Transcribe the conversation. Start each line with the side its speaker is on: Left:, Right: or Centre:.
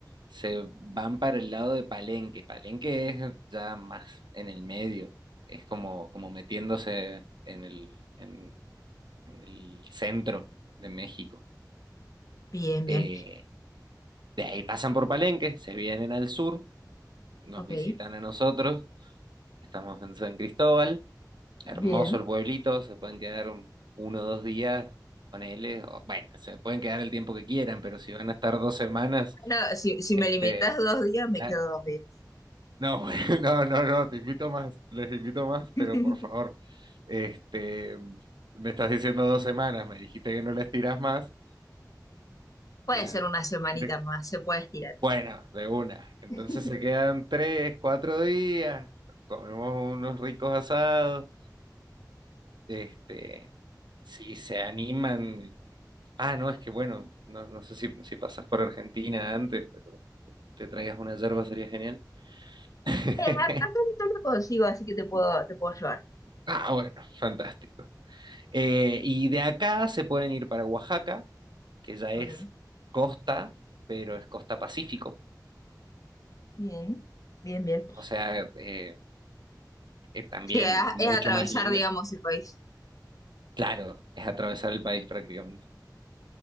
Right: se van para el lado de Palenque. Palenque es ya más en el medio. Es como, como metiéndose en el, en, en el centro de México.
Left: Bien, bien,
Right: Eh, de ahí pasan por Palenque, se vienen al sur, nos
Left: ok.
Right: visitan
Left: <laughs>
Right: a nosotros. Estamos en San Cristóbal.
Left: Bien.
Right: Hermoso el pueblito, se pueden quedar un- uno o dos días, ponele, o, bueno, se pueden quedar el tiempo que quieran, pero si van a estar dos semanas,
Left: No, si, si
Right: este,
Left: me limitas dos días, me
Right: la-
Left: quedo dos días.
Right: no, <laughs> bueno, no, no, no, te invito más, les invito más,
Left: <laughs>
Right: pero por favor, este, me estás diciendo dos semanas, me dijiste que no les tirás más,
Left: Puede
Right: eh,
Left: ser una semanita
Right: quiere-
Left: más, se puede estirar.
Right: bueno, de una, entonces
Left: <laughs>
Right: se quedan tres, cuatro días, nos comemos unos ricos asados, este... si se animan. Ah, no, es que bueno, no, no sé si, si pasas por Argentina antes, pero que te traigas una yerba sería genial. <laughs>
Left: Eh, a a Antonito lo consigo, así que te puedo, te puedo llevar.
Right: Ah, bueno, fantástico. Eh, y de acá se pueden ir para Oaxaca, que ya
Left: Ok,
Right: es costa, pero es costa Pacífico.
Left: bien, bien, bien.
Right: O sea, eh, eh, también
Left: Sí, a-
Right: mucho
Left: es atravesar,
Right: más lindo.
Left: digamos, el país.
Right: Claro, es atravesar el país prácticamente.